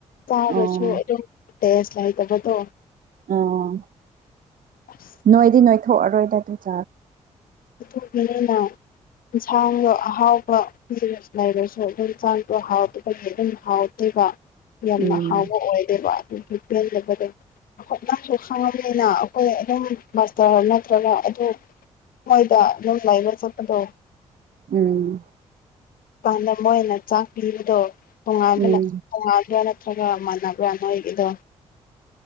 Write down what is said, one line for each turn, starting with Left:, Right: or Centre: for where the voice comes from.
Left: ꯆꯕꯁꯨ
Right: ꯑꯥ
Left: ꯑꯗꯨꯝ ꯇꯦꯁ ꯂꯩꯥꯏ ꯇꯕꯇꯣ
Right: ꯑꯥ
Left: ꯑꯁ
Right: ꯅꯣꯏꯗꯤ ꯅꯣꯏꯊꯣꯛꯑꯔꯣꯏꯗ ꯑꯗꯨ <inaudible>
Left: <unintelligible> ꯌꯦꯟꯁꯥꯡꯗꯣ ꯑꯍꯥꯎꯕ ꯄꯤꯔꯁꯨ ꯂꯩꯔꯁꯨ ꯑꯗꯨꯝ ꯌꯦꯟꯁꯥꯡꯗꯣ ꯍꯥꯎꯇꯕꯗꯒꯤ ꯑꯗꯨꯝ <inaudible> <inaudible> ꯌꯥꯝꯅ
Right: ꯎꯝ
Left: ꯍꯥꯎꯕ ꯑꯣꯏꯗꯦꯕ ꯑꯗꯨ ꯄꯦꯟꯗꯕꯗꯨ <inaudible> ꯈꯪꯉꯕꯅꯤꯅ ꯑꯩꯈꯣꯏ ꯑꯗꯨꯝ ꯃꯥꯁꯇꯔ ꯅꯠꯇ꯭ꯔꯒ ꯑꯗꯨ ꯍꯣꯏꯕ ꯅꯪꯒ ꯑꯩꯒ ꯆꯠꯄꯗꯣ
Right: ꯎꯝ
Left: ꯥ <inaudible> ꯃꯣꯏꯅ ꯆꯥꯛ ꯄꯤꯕꯗꯣ ꯇꯣꯉꯥꯟꯕꯅ
Right: ꯎꯝ
Left: <unintelligible> ꯈꯔ ꯃꯥꯟꯅꯕ꯭ꯔꯥ ꯅꯣꯏꯒꯤꯗꯣ